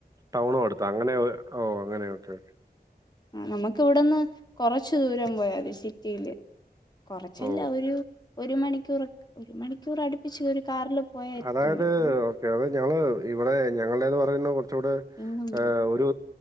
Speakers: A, on the right; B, on the left.
A: ടൗണും അടുത്താ, അങ്ങനെ ഓ അങ്ങനെ ഓക്കെ ഓക്കെ.
B: ആഹ് നമ്മുക്ക് ഇവിടെന്ന് കൊറച്ചു ദൂരം പോയാ മതി സിറ്റീല് കൊറച്ചല്ല
A: ഓ
B: ഒരു ഒരു മണിക്കൂർ, ഒരു മണിക്കൂർ അടുപ്പിച്ച് കാറില്‌ പോയാ എത്തും
A: അതായത്
B: പെട്ടെന്ന്.
A: ഓക്കെ അത് ഞങ്ങള് ഇവിടെ ഞങ്ങളടേന്ന് പറയുന്ന കൊറച്ചൂടെ
B: ഇന്നും പോയി
A: ഒരു